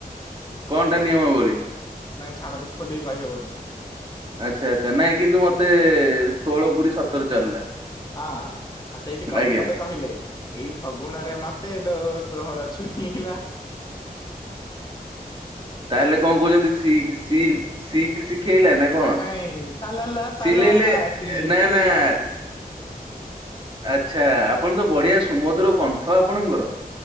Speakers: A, on the right; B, on the left.
A: କଣଟା ନିୟମାବଳି।
B: ନାଇଁ ଛାଡନ୍ତୁ ଖୋଲିକି କହିହବନି।
A: ଆଚ୍ଛା ଆଚ୍ଛା ନାଇଁ କିନ୍ତୁ ମୋତେ ଷୋହଳ ପୁରୀ ସତର ଚାଲିଲା।
B: ହଁ ଆ ସେଇଠି କବିପଦେ
A: ଆଜ୍ଞା
B: କହିଲେ, ଏଇ ଫଗୁଣରେ ମତେ ଲୋ- ଷୋହଳ ଛୁଇଁଲା।
A: ତାହେଲେ କଣ କହୁଛନ୍ତିିିି ସିଲ ଶିଖ ଶିଖେଇଲା ନା କଣ?
B: ନାଇଁ ନାଇଁ ସାଲାଲା ସାଲାଲା
A: ସିଲେଇଲେ
B: ସିଲି
A: ନା
B: ସିଲେଇଲା
A: ନା ଆଚ୍ଛା ଆ। ଆପଣ ତ ବଢିଆ ସୁମଧୁର କଣ୍ଠ ଆପଣଙ୍କର।